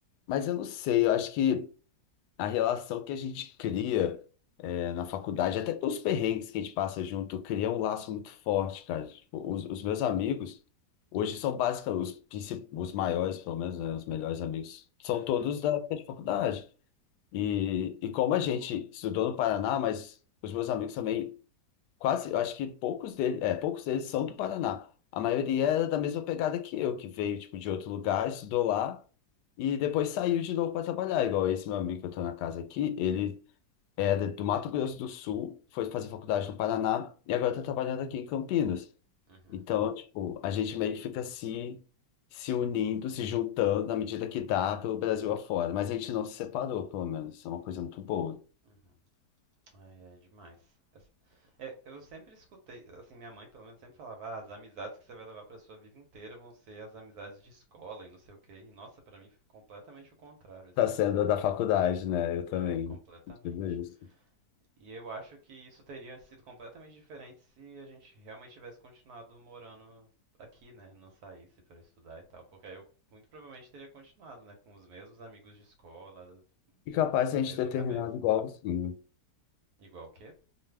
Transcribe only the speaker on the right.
uhum,
uhum,
uhum. Ai, é demais. As- é, eu sempre escutei, assim, minha mãe pelo menos sempre falava, ah, as amizades que você vai levar pra sua vida inteira vão ser as amizades de escola e não sei o quê. E nossa, pra mim foi completamente o contrário, assim,
de,
é, completamente.
E eu acho que isso teria sido completamente diferente se a gente realmente tivesse continuado morando aqui, né, não saísse pra estudar e tal, porque aí eu muito provavelmente teria continuado, né, com os mesmos amigos de escola,
na
mesma
cabeça.
Igual o quê?